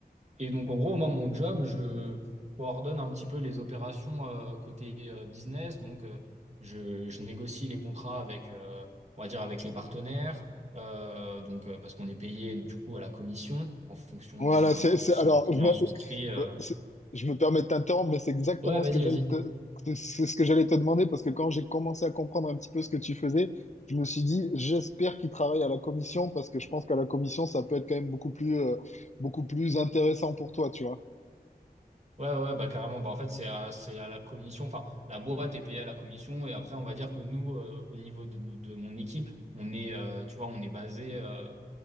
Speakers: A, on the right; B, on the left.
A: Et donc, en gros, moi, mon job, je coordonne un petit peu les opérations euh, côté euh, business. Donc, euh, je, je négocie les contrats avec, euh, on va dire, avec les partenaires. Euh, donc, euh, parce qu'on est payé du coup à la commission en fonction
B: Voilà,
A: si un,
B: c'est, c'est-
A: si
B: alors,
A: un client
B: je me,
A: souscrit. euh.
B: euh, c'est- je me permets de t'interrompre, mais c'est exactement
A: Ouais, vas-y,
B: ce que j'allais
A: vas-y.
B: te, c'est ce que j'allais te demander, parce que quand j'ai commencé à comprendre un petit peu ce que tu faisais, je me suis dit, j'espère qu'il travaille à la commission, parce que je pense qu'à la commission, ça peut être quand même beaucoup plus, euh, beaucoup plus intéressant pour toi, tu vois.
A: Ouais, ouais, ouais, bah carrément. Bah, en fait, c'est à, c'est à la commission. Enfin, la boîte est payée à la commission. Et après, on va dire que nous, euh, au niveau de, de mon équipe, on est, euh, tu vois, on est basé. euh,